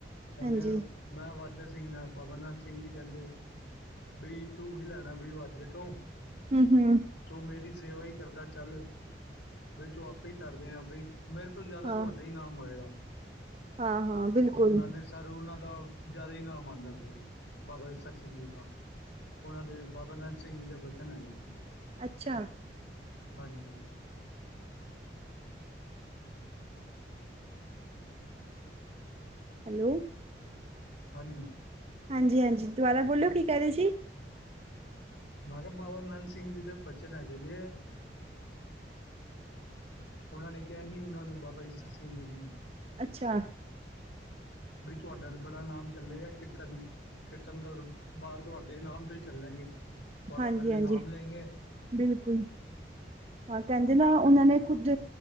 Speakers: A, on the left; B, on the right.
A: ਕਹਿੰਦੇ
B: ਹਾਂਜੀ
A: ਮੈਂ ਵਾਜਾ ਸਿੱਖਣਾ, ਬਾਬਾ ਨੰਦ ਸਿੰਘ ਜੀ ਕਹਿੰਦੇ। ਬਈ ਤੂੰ ਕੀ ਲੈਣਾ ਬਈ ਵਾਜੇ ਤੋਂ।
B: ਹੂੰ, ਹੂੰ
A: ਤੂੰ ਮੇਰੀ ਸੇਵਾ ਈ ਕਰਦਾ ਚੱਲ, ਬਈ ਤੂੰ ਆਪੇ ਹੀ ਤਰ ਜਾਏਗਾ ਬਈ। ਮੇਰੇ ਤੋਂ ਜ਼ਿਆਦਾ
B: ਹਾਂ।
A: ਤੁਹਾਡਾ ਹੀ ਨਾਮ ਹੋਏਗਾ,
B: ਹਾਂ ਹਾਂ ਬਿਲਕੁਲ
A: ਓਹਨਾਂ ਨੇ ਸਭ ਫਿਰ ਉਹਨਾਂ ਦਾ ਜ਼ਿਆਦਾ ਹੀ ਨਾਮ ਆਂਦਾ ਫਿਰ, ਬਾਬਾ ਈਸ਼ਰ ਸਿੰਘ ਜੀ ਦਾ। ਓਨਾਂ ਦੇ ਬਾਬਾ ਨੰਦ ਸਿੰਘ ਜੀ ਦੇ ਬਚਨ ਹੈਗੇ ਨੇ
B: ਅੱਛਾ।
A: ਹਾਂਜੀ।
B: ਹੈਲੋ।
A: ਹਾਂਜੀ।
B: ਹਾਂਜੀ, ਹਾਂਜੀ ਦੁਬਾਰਾ ਬੋਲੋ ਕੀ ਕਹਿ ਰਹੇ ਸੀ?
A: ਮੈਂ ਕਿਹਾ ਬਾਬਾ ਨੰਦ ਸਿੰਘ ਦੀ ਦੇ ਬਚਨ ਹੈਗੇ ਜੇ, ਓਨਾਂ ਨੇ ਕਿਹਾ ਹੀ, ਓਨਾਂ ਨੂੰ ਬਾਬਾ ਈਸਰ ਸਿੰਘ ਜੀ ਨੂੰ।
B: ਅੱਛਾ।
A: ਬਈ ਤੁਹਾਡਾ ਬੜਾ ਨਾਮ ਚੱਲੇਗਾ, ਕੀਰਤਨ ਕੀਰਤਨ ਦਰਬਾਰ ਤੁਹਾਡੇ ਨਾਮ ਹੀ ਚੱਲਣਗੇ, ਤੁਹਾਡਾ
B: ਹਾਂਜੀ-ਹਾਂਜੀ
A: ਪਹਿਲੇ ਨਾਮ ਲੈਂਗੇ,
B: ਬਿਲਕੁਲ, ਹਾਂ ਕਹਿੰਦੇ ਨਾ ਓਨਾਂ
A: ਕੀਰਤਨ
B: ਨੇ
A: ਤੋਂ ਬਾਅਦ
B: ਖੁਦ